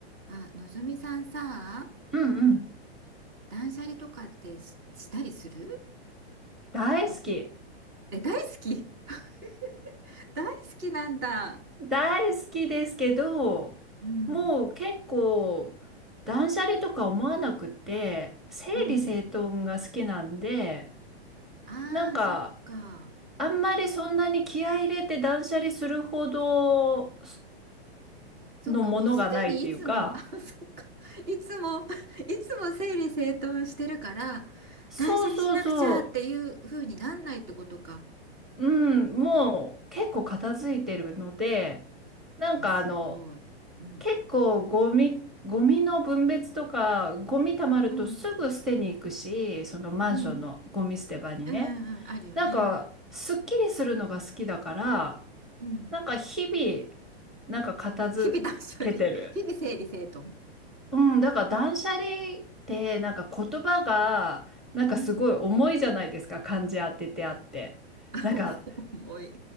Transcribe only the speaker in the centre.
うんうん。
大好き。
大好きですけど、
もう結構、断捨離とか思わなくて、整理整頓が好きなんで、
なんか、
あんまりそんなに気合い入れて断捨離するほど
のものがないっていうか、
そうそうそ
う、うん、もう結構片付いてるので、なんかあの、
結構ゴミ、ゴミの分別とか、ゴミ溜まるとすぐ捨てに行くし、
そのマンションのゴミ捨て場にね。
なんか、すっきりするのが好きだから、
なんか日々、なんか片付けてる。
うん、だから断捨離ってなんか言葉がなんかすごい重いじゃないですか、
漢字当ててあって。
なんか